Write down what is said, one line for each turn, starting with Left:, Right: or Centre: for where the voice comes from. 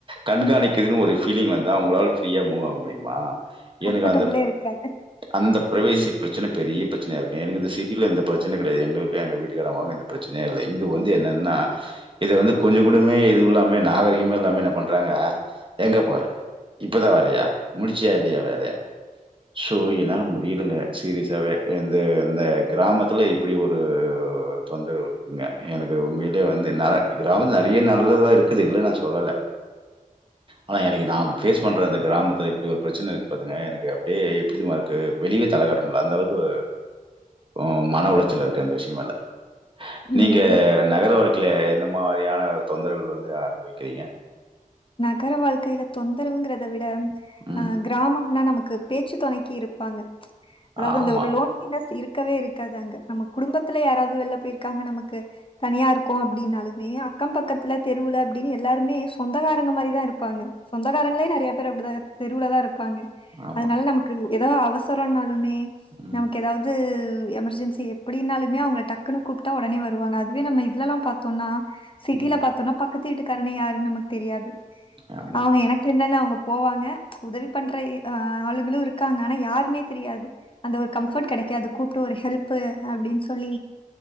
Right: கண்காணிக்குதுன் ஒரு ஃபீலிங் வந் அதா உங்களால் ஃப்ரீயா மூவ் ஆக முடியுமா
Left: கம்ஃபர்டபிளே
Right: எனக்கு அந்தப்
Left: இருக்காது
Right: அந்த பிரைவேசி
Left: ம்
Right: ப்ரச்சன பெரிய ப்ரச் ச்சனை இருக்கே எனக் இந்த சிட்டிலா இந்த ப்ரச் ச்சனை கெடையாது எங்களுக்கு எங்க வீட்டுக்காரமா பிரச்சனையே இல்ல இங்க வந்து என்னன்னா இத வந்து கொஞ்ச கூடமே எதுவு இல்லாமே நாகரீகமே இல்லாமே என்ன பண்றாங்க எங்க போற இப்பதா வரியா முடிச்சியா இல்லயா வேல சோ என்னால முடியலங்க சீரியஸாவே இந்த இந்த க்ராமத்துல இப்டி ஒரு தொந்தரவு இருக்குங்க எனக்கு உண்மையிலயே வந்து நா கிராமத்து நறைய நல்லதா இருக்குது இல்ல நா சொல்லல ஆனா எனக்கு நா ஃபேஸ் பண்ற இந்த க்ராமத்துல இப்டி ஒரு ப்ரச்சனை இருக்கு பாத்துங்க எனக்கு அப்டியே எப்டிதுமா இருக்கு வெளியே தலைகாட்ட முடில அந்த அளவுக்கு உ மன உளைச் சிலருக்கு அந்த விஷயமால்ல
Left: ம்
Right: நீங்க நகர வா ல இந்த மாரியான தொந்தரவுகள் வந்து அனுபவிக்கிறீங்க
Left: நகர வாழ்க்கையல தொந்தரவுங்கறத விட
Right: ம்.
Left: ஆ கிராமம்னா நமக் க்கு பேச்சு தொணக்கி இருப்பாங்க அதாவது
Right: ஆமா,
Left: அந்த ஒரு லோன்லினஸ் இருக் க்கவே இருக்காது அங்க நம்ம குடும்பத்துல யாராவது வெள்ல போயிருக்காங்க நமக்கு தனியா இருக்கு அப்டின்னாலுமே அக்க பக்கத்துல தெருவுல அப்டின் எல்லாருமே சொந்தகார ங்க மாரிதா இருப்பாங்க சொந்தக்காரங்களே நெறைய பே க்கறாங்க அப்டிதா தெருவுலதா இருப்பாங்க
Right: ஆமா.
Left: அதனால நமக்கு ஏதாவ் அவசரனாலுமே
Right: ம்,
Left: நமக் ஏதாவது து எமர்ஜென்சி எப்டின்னாலுமே அவுங்க டக்குனு கூப்பிட்டா ஓடனே வருவாங்க அதுவே நம்ம இதுலல்லா. பாத்தோன்னா சிட்டில
Right: ம்.
Left: பாத்தோன்னா பக் க்கத்து வீட்டுக்காரன்னே யாருன் நமக் தெரியாது
Right: ஆமா.
Left: அவுங்க எனக் என்னன்ன அவுங்க போவாங்க உதவி பண்ற இ ஆ ஆ ஆளுங்களு இருக்காங்க ஆனா யாருன்னே தெரியாது அந்த ஒரு கம்ஃபர்ட் கெடைக்காது கூப்பிட்டு ஒரு ஹெல்ப்பு அப்டின்னு சொல்லி